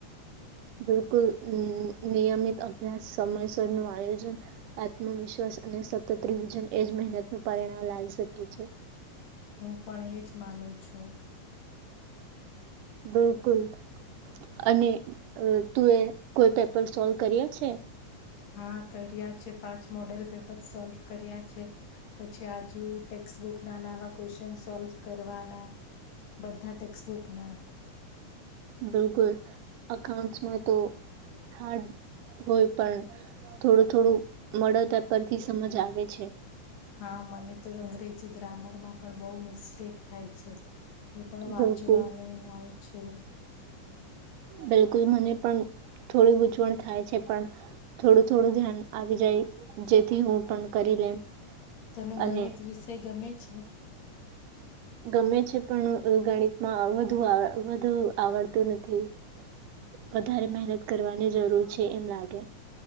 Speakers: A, on the right; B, on the left.
A: બિલકુલ હમ્મ, નિયમિત અભ્યાસ, સમયસર નું આયોજન આત્મવિશ્વાસ અને સતત રિવઝન એજ મહેનત નુ પરિણામ લાવી શકીયે છે.
B: હું પણ એજ માનું છું.
A: બિલકુલ. અને તુ એ કોઈ પેપર સોલ્વ કર્યા છે?
B: હા કર્યા છે, પાંચ મોડેલ પેપર સોલ્વ કર્યા છે. પછી આજુ ટેક્સબુક ના નાવા ક્વેશ્ચન સોલ્વ કરવાના. બધા ટેક્સ્ટબુક ના
A: બિલકુલ, અકાઉંન્ટસ મા તો હાડ હોય પણ, થોડું થોડું મળે તે પરથી સમજ આવે છે.
B: હા મને તો અંગ્રેજી ગ્રામરમાં પણ બહુ મિસ્ટેક થાય છે. તે પણ વાંચવાનું
A: બિલકુલ
B: ને આવું છે.
A: બિલકુલ મને પણ થોડી ગૂંચવણ થાય છે પણ થોડું થોડું ધ્યાન આવી જાય, જેથી હું પણ કરી લેમ.
B: તને
A: અને
B: ગણિત વિષય ગમે છે?
A: ગમે છે પણ ગણિતમાં વધુ વધુ આવડતું નથી. વધારે મહેનત કરવાની જરૂર છે એમ લાગે.